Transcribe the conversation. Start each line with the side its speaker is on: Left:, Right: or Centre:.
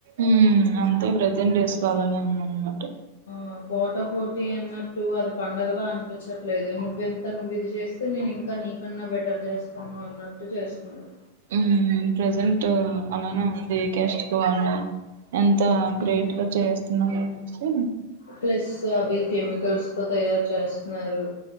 Right: ఉమ్ అంతే ప్రజెంట్ డేస్ లో అలానే ఉందన్నమాట
Left: ఆ ఫోట పోటీ అనటు అది పండగల చపించట్లేదు నువ్వెంత నువ్వు ఇది చేస్తే నేను ఇంకా నీకన్నా బెటర్ చేస్తాను అన్నా ట్టు చేస్తున్నారు
Right: ఉ ప్రెజెంట్ అలానే ఉంది కెస్ట్ వాళ్ళ ఎంత
Left: హ్మ్.
Right: గ్రేట్గా చేస్తున్నామనేసి
Left: ప్లస్ అవిక కెమికల్స్ తో తయారు చేస్తున్నారు